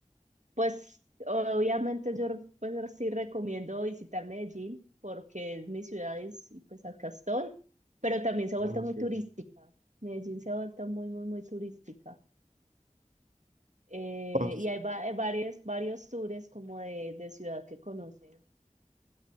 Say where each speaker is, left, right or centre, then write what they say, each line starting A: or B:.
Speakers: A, on the right (about 65°); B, on the right (about 80°).
A: Pues obviamente yo pues sí recomiendo visitar Medellín porque es mi ciudad y es- y, pues acá estoy, pero también se ha
B: Ah,
A: vuelto
B: ok.
A: muy turística. Medellín se ha vuelto muy, muy, muy turística. Eh,
B: Pues,
A: y hay va- eh, varios, varios tours como de, de ciudad que conocer.